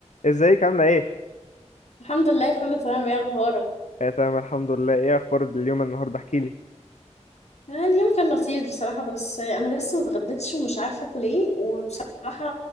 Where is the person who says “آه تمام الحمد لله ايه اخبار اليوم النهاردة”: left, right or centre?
Left